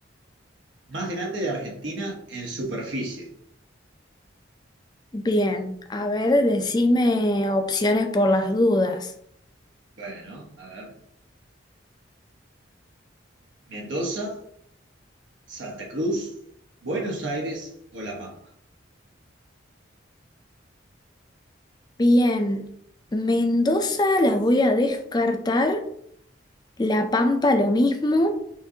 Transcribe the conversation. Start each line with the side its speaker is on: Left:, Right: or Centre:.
Right: más grande de Argentina en superficie?
Left: Bien, a ver, decime opciones por las dudas.
Right: Bueno, a ver, Mendoza, Santa Cruz, Buenos Aires o La Pampa.
Left: Bien, Mendoza la voy a descartar, La Pampa lo mismo,